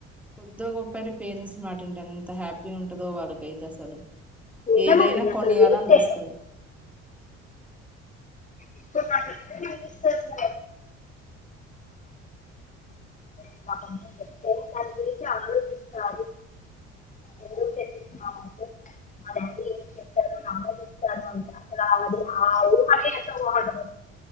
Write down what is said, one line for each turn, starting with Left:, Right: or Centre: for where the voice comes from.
Centre: కొద్దో గొప్పైన పేరెంట్స్ మాటింటే అంత హ్యాపీగా ఉంట టదో వాళ్ళకైతే అసలు
Left: నిజమండి
Centre: ఏదైనా కొనియాల
Left: అసలు వింటే
Centre: అనిపిస్తది
Left: ఇప్పుడు నాకట్లే అనిపిస్తుంది ఇలా కొంచెం చెప్తే దాని గురించి ఆలోచిస్తారు ఎందుకు చెప్పిస్తున్నామంటే మా డాడీ ఎందుకు చెప్పారు నాలో ఇస్తారు అంటే అసలు అది ఆ ఊహనే ఎంత బాగుంటది